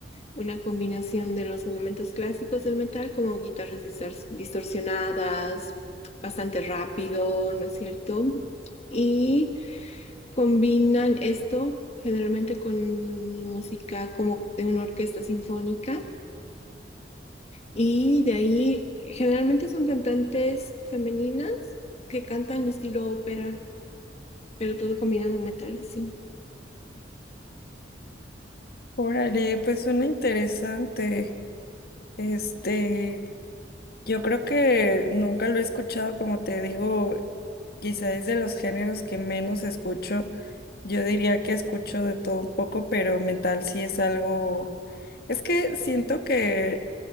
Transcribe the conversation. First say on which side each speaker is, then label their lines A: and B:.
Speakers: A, on the left (about 35°); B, on the left (about 55°).
A: Una combinación de los elementos clásicos del metal, como guitarras distor- distorsionadas, bastante rápido, ¿no es cierto? Y combinan esto generalmente con música como de una orquesta sinfónica. Y de ahí generalmente son cantantes femeninas que cantan estilo ópera. pero todo combinado en metal así.
B: Órale, pues suena interesante. Este, Yo creo que nunca lo he escuchado, como te digo, quizá es de los géneros que menos escucho. Yo diría que escucho de todo un poco, pero metal sí es algo... Es que siento que,